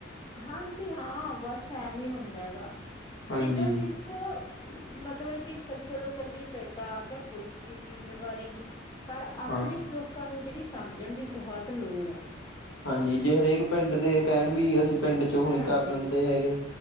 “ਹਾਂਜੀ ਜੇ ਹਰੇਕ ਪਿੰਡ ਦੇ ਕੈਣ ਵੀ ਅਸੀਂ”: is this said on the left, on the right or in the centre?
Left